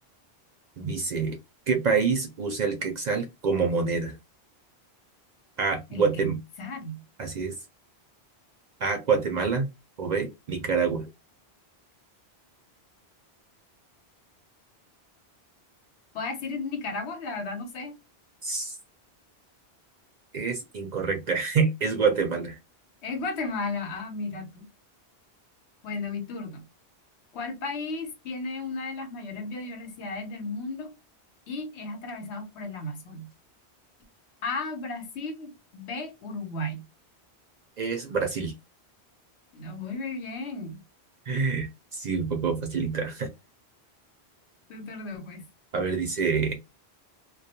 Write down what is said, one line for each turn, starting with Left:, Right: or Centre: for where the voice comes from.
Right: Dice, ¿qué país usa el quetzal como moneda? A,
Left: El
Right: Guatemala,
Left: Quetzal.
Right: así es. A, Guatemala o B, Nicaragua.
Left: Puedo decir Nicaragua, la verdad no sé.
Right: S- Es incorrecta. <laughs> Es Guatemala.
Left: Es Guatemala. Ah, mira tú. Bueno, mi turno. ¿Cuál país tiene una de las mayores biodiversidades del mundo y es atravesado por el Amazonas? A, Brasil, B, Uruguay.
Right: Es Brasil.
Left: No, muy bien.
Right: <laughs> Sí, un poco facilita.
Left: Tu turno, pues.
Right: <laughs> A ver, dice,